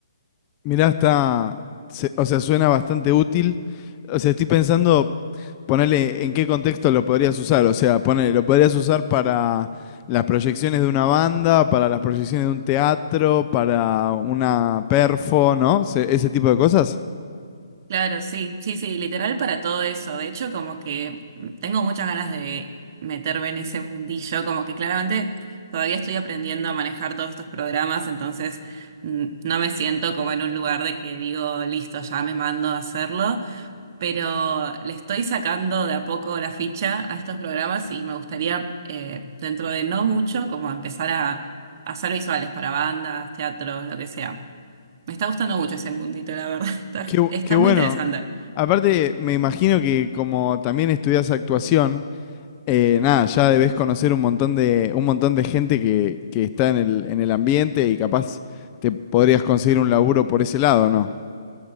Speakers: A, on the left; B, on the right.
A: mirá, está, se- o sea, suena bastante útil. O sea, estoy pensando Ponele en qué contexto lo podrías usar. O sea, ponele, lo podrías usar para las proyecciones de una banda, para las proyecciones de un teatro, para una perfo, ¿no? Se- ese tipo de cosas.
B: Claro, sí, sí, sí, literal para todo eso. De hecho, como que tengo muchas ganas de meterme en ese mundillo, como que claramente todavía estoy aprendiendo a manejar todos estos programas, entonces mm, no me siento como en un lugar de que digo, listo, ya me mando a hacerlo. pero le estoy sacando de a poco la ficha a estos programas y me gustaría, eh, dentro de no mucho, como empezar a, a hacer visuales para bandas, teatros, lo que sea. Me está gustando mucho ese mundito, la verdad. <laughs> Está,
A: Qué, bu-
B: está
A: qué bueno.
B: muy interesante.
A: Aparte, me imagino que como también estudias actuación, eh, nada, ya debes conocer un montón de, un montón de gente que, que está en el, en el ambiente y capaz te podrías conseguir un laburo por ese lado, ¿no?